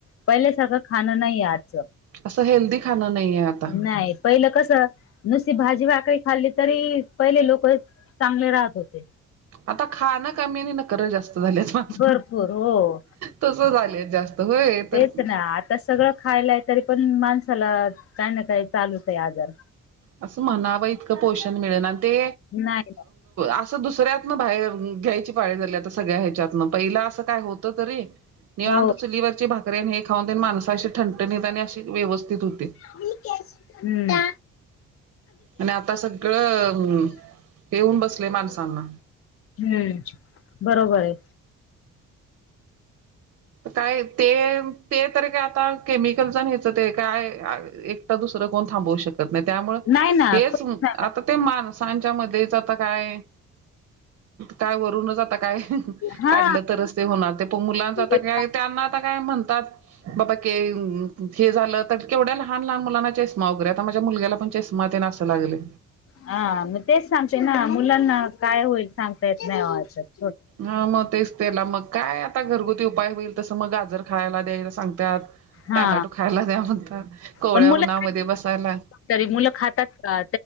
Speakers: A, on the left; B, on the right.
A: पहिल्या सारखं खाणं नाही आज.
B: असं हेल्दी खाणं नाहीये आता
A: नाही पहिलं कस नुसती भाजी भा करी खाल्ली तरी पहिले लोक चांगले राहत होते.
B: आता खान कमी आणि नखर जास्त. झालेत
A: भरपूर हो.
B: तस झाले जास्त होय तर.
A: तेच ना आता सगळं तरी पण माणसाला काय ना काय चालूत आहे आजार.
B: असं म्हणाव इतकं पोषण मिळेल आणि ते
A: नाही
B: अस दुसऱ्यातन बाहेर घ्यायची पाळी झाली आता सगळ्या ह्याच्यातन पहिला असं काय होत तरी. निवांत
A: हो
B: चुलीवरची भाकरीेन हे खाऊन देन माणस अशी ठणठणीत आणि अशी. व्यवस्थित होते.
A: हम्म
B: आणि आता सगळंं हेऊन बसले माणसांना
A: हम्म बरोबर आहे.
B: काय ते ते तर काय आता केमिकलण ह्यायचं ते काय. दुसरं कोण थांबवू शकत नाही त्यामुळे
A: नाही ना
B: हेच
A: खूप
B: आता ते मान. ांच्या मध्येच आता काय. काय वरुून जाता काय
A: हा
B: काढलं तरच ते होणार ते पण मुलांचं
A: तेच
B: त्यांना आता काय म्हणतात बाबा कि हे झालं तर केवढ्या लहान लहान मुलांना <unintelligible> पण चष्मा तेन असं लागलय
A: ह म तेच सांगते ना मुलांना काय होईल सांगता येत नाहीजं.
B: हा मग तेच तेला मग काय आता घरगुती उपाय होईल तसं मग गाजर खायला द्यायला सांग त्यात.
A: हा
B: टॅमॅटो खायला द्या म्हणतात कोवळ्या
A: पण मुलं
B: उन्हामध्ये बसायला.
A: तरी मुलं खातात का?